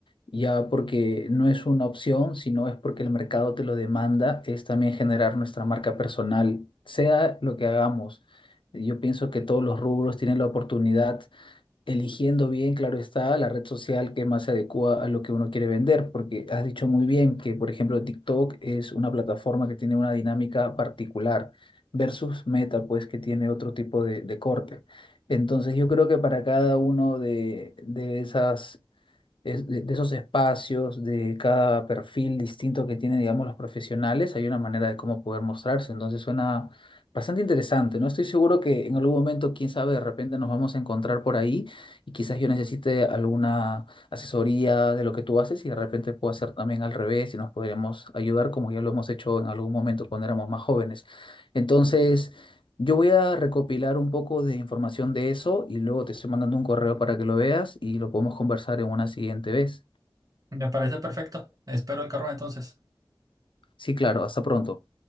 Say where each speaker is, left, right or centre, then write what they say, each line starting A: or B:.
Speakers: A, on the left; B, on the right.
A: ya porque no es una opción, sino es porque el mercado te lo demanda, es también generar nuestra marca personal, sea lo que hagamos. Yo pienso que todos los rubros tienen la oportunidad, eligiendo bien, claro está, la red social que más se adecua a lo que uno quiere vender, porque has dicho muy bien que, por ejemplo, TikTok es una plataforma que tiene una dinámica particular versus Meta, pues que tiene otro tipo de, de corte. Entonces yo creo que para cada uno de de esas es- de, de esos espacios, de cada perfil distinto que tienen, digamos, los profesionales, hay una manera de cómo poder mostrarse. Entonces suena bastante interesante, ¿no? Estoy seguro que en algún momento, quién sabe, de repente nos vamos a encontrar por ahí y quizás yo necesite alguna asesoría de lo que tú haces y de repente puedo hacer también al revés y nos podríamos ayudar como ya lo hemos hecho en algún momento cuando éramos más jóvenes. Entonces... Yo voy a recopilar un poco de información de eso y luego te estoy mandando un correo para que lo veas y lo podemos conversar en una siguiente vez.
B: Me parece perfecto. Espero el carro entonces.
A: Sí, claro, hasta pronto.